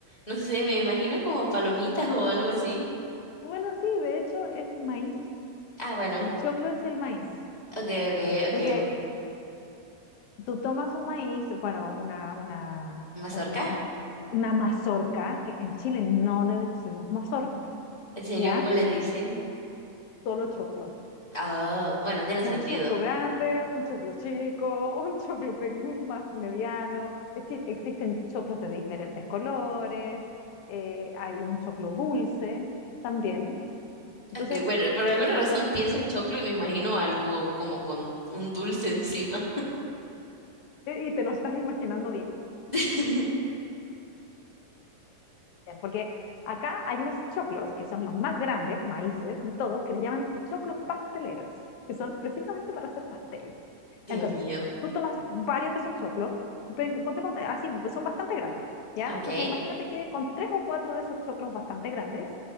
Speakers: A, on the left; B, on the left.
A: no sé, me imagino como palomitas o algo así.
B: Bueno, sí, de hecho es maíz.
A: Ah, bueno,
B: El choclo es el maíz.
A: ok, ok, ok.
B: Entonces, tú tomas un maíz, bueno, una, una,
A: ¿Mazorca?
B: un- un- una mazorca, que en Chile no le decimos mazorca,
A: ¿En serio?
B: ¿ya?
A: ¿Cómo le dicen?
B: Solo choclo.
A: Ah, bueno, tiene
B: Un
A: sentido.
B: choclo grande, un choclo chico, un choclo pequeño, más mediano. Es decir, existen choclos de diferentes colores, eh, hay un choclo dulce también. Entonces,
A: Ok, Bueno, por alguna razón pienso en choclo y me imagino algo como con un dulce encima.
B: eh, y te lo estás imaginando bien
A: <laughs>
B: porque acá hay unos choclos que son los más grandes, maíces de todos, que les llaman choclos pasteleros, que son precisamente para hacer pastel.
A: Dios
B: Entonces,
A: mío.
B: tú tomas varios de esos choclos, pen- ponte pon- así, pues son bastante grandes, ¿ya?
A: Ok.
B: Entonces, imagínate que con tres o cuatro de esos choclos bastante grandes,